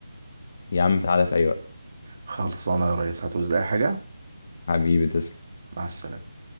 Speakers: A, on the left; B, on the right.
A: يا عم تعالى في اي وقت
B: خلصانه يا ريس هتعوز اي حاجه
A: حبيبي تسلم
B: مع السلامه